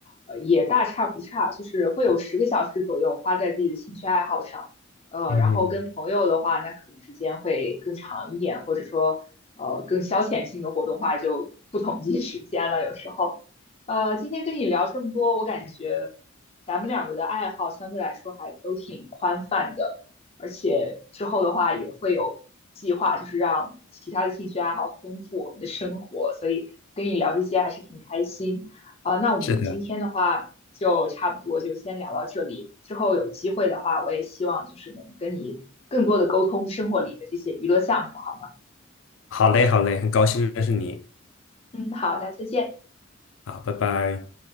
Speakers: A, on the left; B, on the left.
A: 呃，也大差不差，就是会有十个小时左右花在自己的兴趣爱好上，呃，
B: 嗯，
A: 然后跟朋友的话，那可能时间会更长一点，或者说，呃，更消遣性的活动话就不统计时间了，有时候。呃，今天跟你聊这么多，我感觉。咱们两个的爱好相对来说还都挺宽泛的，而且之后的话也会有计划，就是让其他的兴趣爱好丰富我们的生活，所以跟你聊这些还是挺开心啊、那我们今天的话就差不多就先聊到这里，
B: 是的，
A: 之后有机会的话，我也希望就是能跟你更多的沟通生活里的这些娱乐项目，好吗？
B: 好嘞，好嘞，很高兴认识你。
A: 嗯，好，那再见。
B: 好，拜拜。